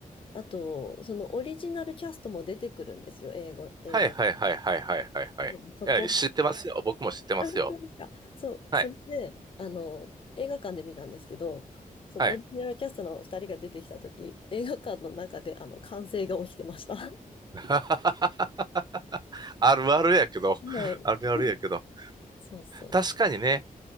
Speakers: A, on the left; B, on the right.
A: あと、そのオリジナルキャストも出てくるんですよ、英語、映画。
B: はいはいはいはいはいはいはい。
A: うんそこ。
B: いや、知ってますよ。
A: <laughs>
B: 僕も知ってますよ。
A: あ、本当ですか。そう、
B: はい
A: それで、あの、映画館で見たんですけど、そのオリジナルキャストのお二人が出てきたとき、
B: はい。
A: 映画館の中で、あの、歓声が起きてました。<laughs> は
B: <laughs> あるあるやけど。
A: い。
B: あるあるやけど。
A: <laughs> そうそう。
B: 確かにね。